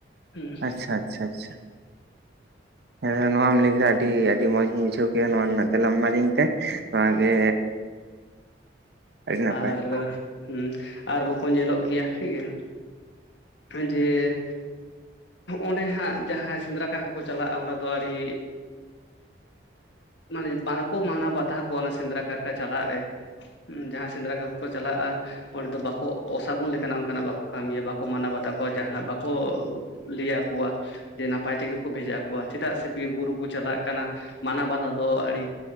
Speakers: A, on the left; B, on the right.
A: ᱦᱩᱸ
B: ᱟᱪᱪᱷᱟ ᱟᱪᱪᱷᱟ ᱟᱪᱷᱟ᱾ ᱦᱮᱸ ᱱᱚᱣᱟᱢ ᱞᱟᱹᱭ ᱠᱮᱫᱟ ᱟᱹᱰᱤ ᱢᱚᱸᱡᱽ ᱤᱧ ᱵᱩᱡᱷᱟᱹ ᱱᱚᱣᱟ ᱨᱮᱱᱟᱜ ᱛᱮᱞᱟᱢ ᱮᱢᱟ ᱫᱤᱧ ᱛᱮ, ᱱᱚᱣᱟ ᱜᱮ ᱟᱹᱰᱤ ᱱᱟᱯᱟᱭ
A: ᱟᱨ
B: ᱾
A: ᱦᱩᱸ ᱟᱨ ᱵᱟᱠᱚ ᱧᱮᱞᱚᱜ ᱜᱮᱭᱟ ᱴᱷᱤᱠ ᱜᱮᱭᱟ᱾ ᱡᱮ ᱚᱸᱰᱮ ᱦᱟᱸᱜ ᱡᱟᱦᱟᱸᱭ ᱥᱮᱸᱫᱽᱨᱟ ᱠᱟᱨᱟ ᱠᱚᱠᱚ ᱪᱟᱞᱟᱜᱼᱟ ᱚᱱᱟ ᱫᱚ ᱟᱹᱰᱤ ᱢᱟᱱᱮ ᱵᱟᱠᱚ ᱢᱟᱱᱟᱣ ᱵᱟᱛᱟ ᱠᱚᱣᱟ ᱚᱱᱟ ᱥᱮᱸᱫᱽᱨᱟ ᱠᱟᱨᱠᱟ ᱪᱟᱞᱟᱜ ᱨᱮ᱾ ᱡᱟᱦᱟᱸᱭ ᱥᱮᱸᱫᱽᱨᱟ ᱠᱟᱨᱠᱚ ᱠᱚ ᱪᱟᱞᱟᱜᱼᱟ, ᱚᱸᱰᱮ ᱫᱚ ᱵᱟᱠᱚ ᱚᱥᱟᱜᱩᱱ ᱞᱮᱠᱟ ᱚᱱᱠᱟᱱᱟᱜ ᱵᱟᱠᱚ ᱠᱟᱹᱢᱤᱭᱟ ᱾ ᱵᱟ ᱢᱟᱱᱟᱣ ᱵᱟᱛᱟ ᱠᱚᱣᱟ ᱡᱟᱦᱟᱱᱟᱜ ᱵᱟᱠᱚ ᱞᱟᱹᱭᱟ ᱠᱚᱣᱟ᱾ ᱡᱮ ᱱᱟᱯᱟᱭ ᱛᱮᱜᱮ ᱠᱚ ᱵᱷᱮᱡᱟ ᱠᱚᱣᱟ ᱪᱮᱫᱟᱜ ᱥᱮ ᱵᱤᱨ ᱵᱩᱨᱩ ᱠᱚ ᱪᱟᱞᱟᱜ ᱠᱟᱱᱟ ᱢᱟᱱᱟ ᱵᱟᱫᱷᱟ ᱫᱚ ᱟᱹᱰᱤ